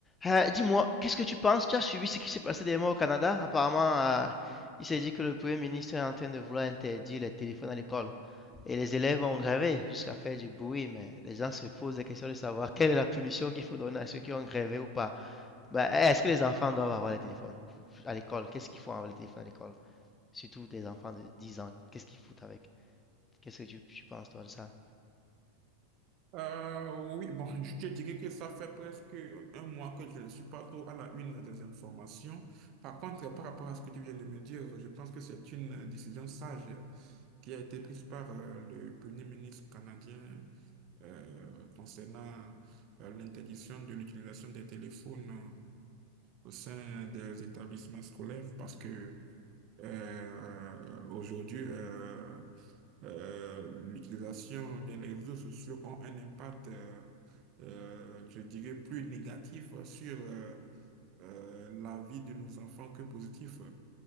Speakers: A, on the left (about 15°); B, on the right (about 40°).
A: Euh, dis-moi, qu'est-ce que tu penses? Tu as suivi ce qui s'est passé dernièrement au Canada? Apparemment, euh, il s'est dit que le Premier ministre est en train de vouloir interdire les téléphones à l'école. Et les élèves ont grévé jusqu'à faire du bruit, mais les gens se posent la question de savoir quelle est la punition qu'il faut donner à ceux qui ont grévé ou pas. Bah, est-ce que les enfants doivent avoir les téléphones à l'école? Qu'est-ce qu'ils font avec les téléphones à l'école? Surtout des enfants de 10 ans. Qu'est-ce qu'ils foutent avec? Qu'est-ce que tu, tu penses, toi, de ça?
B: Euh, oui, bon, <laughs> je te dirais que ça fait presque un mois que je ne suis pas trop à la une des informations. Par contre, par rapport à ce que tu viens de me dire, je pense que c'est une décision sage qui a été prise par euh, le Premier ministre canadien euh, concernant euh, l'interdiction de l'utilisation des téléphones euh, au sein des établissements scolaires parce que euh, aujourd'hui, euh, euh, l'utilisation des réseaux sociaux ont un impact, euh, euh, je dirais, plus négatif sur euh, euh, la vie de nos enfants que positif.